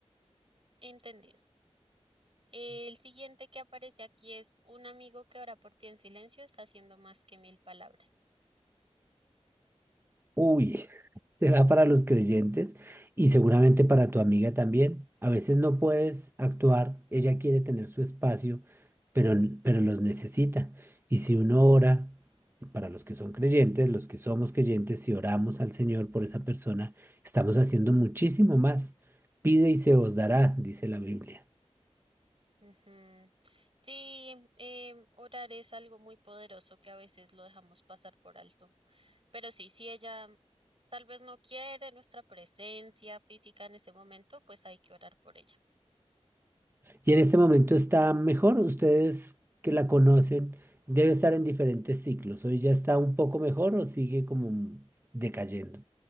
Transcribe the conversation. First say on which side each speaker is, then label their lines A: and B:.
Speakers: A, on the right; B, on the right.
A: entendido. El siguiente que aparece aquí es un amigo que ora por ti en silencio está haciendo más que mil palabras.
B: Uy. será para los creyentes y seguramente para tu amiga también. A veces no puedes actuar, ella quiere tener su espacio, pero, l- pero los necesita. Y si uno ora, para los que son creyentes, los que somos creyentes, si oramos al Señor por esa persona, estamos haciendo muchísimo más. Pide y se os dará, dice la Biblia.
A: Ujú. Sí, em, orar es algo muy poderoso que a veces lo dejamos pasar por alto. Pero sí, si ella tal vez no quiere nuestra presencia física en ese momento, pues hay que orar por ella.
B: Y en este momento está mejor, ustedes que la conocen, debe estar en diferentes ciclos. Hoy ya está un poco mejor o sigue como mm, decayendo.